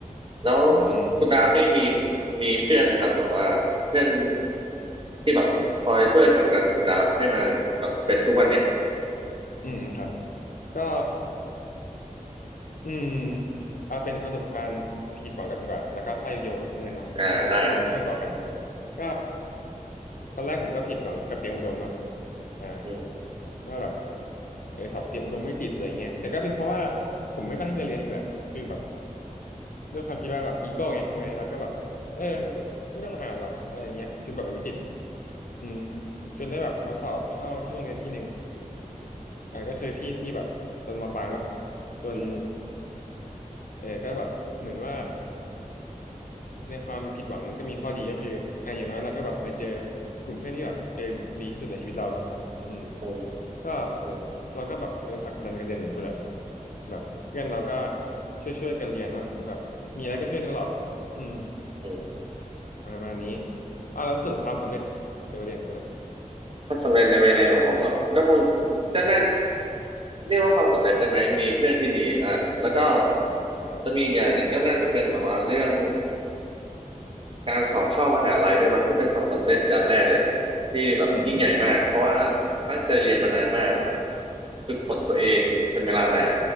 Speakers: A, on the right; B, on the left.
A: แล้ว
B: อืม
A: คุณดามนี่มีมีเพื่อนไหมครับแบบว่าเพื่อนที่แบบ คอยช่วยผลักดันคุณดาฟให้มาแบบเป็นทุกวันเนี้ย
B: อืมอืมครับ ก็อืมเอาเป็นประสบการณ์ผิดหวังกันดีกว่า แล้วก็ค่อยโยงไปเรื่องนั้นเนาะอ่าผมว่ามันเชื่อมต่อกัน
A: อ่าได้อืม
B: ก็ตอนแรกผมก็ผิดหวังกับเตรียมอุดมเนาะอ่า
A: อืม
B: ว่าแบบเออสอบเตรียมอุดมไม่ติดอะไรเงี้ยแต่ก็เป็นเพราะว่าผมไม่ตั้งใจเรียนเองแหละคือแบบด้วยความคิดว่าแบบอีโก้ไงใช่ไหมเราก็แบบเออ
A: อืม
B: ไม่ต้องอ่านหรอกอะไรเงี้ยจนแบบมันไม่ติดอืมจนได้แบบมาสอบเข้าที่โรงเรียนที่หนึ่ง อ่าก็คือที่ที่แบบตอนมปลายเนาะจน
A: อืม
B: เออก็แบบเหมือนว่าในความผิดหวังก็มีข้อดีก็คืออ่าอย่างน้อยเราก็แบบมาเจอกลุ่มเพื่อนที่แบบเออดีที่สุดในชีวิตเราเนาะอืม
A: อืม
B: ก็
A: อืม
B: เราก็แบบเออผลักดันกันเรียนเหมือนเพื่อนแหละแบบเพื่อนเราก็ช่วยช่วยกันเรียนเนาะแบบมีอะไรก็ช่วยกันตลอดอืม
A: อืม
B: มาประมาณนี้อ่าแล้วส่วนความสำเร็จ
A: อืม
B: ในวัยเรียนของคุณนะ
A: ความสำเร็จในวัยเร็วของผมเหรอก็คงก็น่าเรียกว่าความสำเร็จได้ไหมมีเพื่อนที่ดีอ่ะแล้วก็
B: อ่า
A: จะมีอีกอย่างหนึ่งก็น่าจะเป็นแบบว่าเรื่อง การสอบเข้ามหาลัยด้วยมั้งที่เป็นความสำเร็จอย่างแรกเลยที่แบบยิ่งใหญ่มากเพราะว่า
B: อืมอืมอ
A: ตั้งใจเรียนมานานมากแบบฝึกฝนตัวเองเป็นเวลานาน